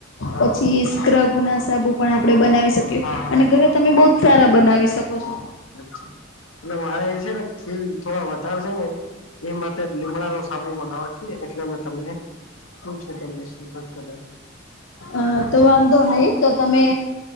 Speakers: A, on the left; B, on the left.
A: અચ્છા
B: પછી સ્ક્રબ ના સાબુ પણ આપણે બનાવી શકીય
A: હા હા
B: અને ઘરે તમે બહ જ સારા બનાવી શકો છો.
A: છ એટ મારે એ છે ને ખીલ થોડા વધારેશે ને એ માટે લીમડા નો સાબુ બનાવે છે, એટલે મે તમને પૂછ તમ સંપર્ક કર્ય
B: હ હા તો વાંધો નહી તો તમે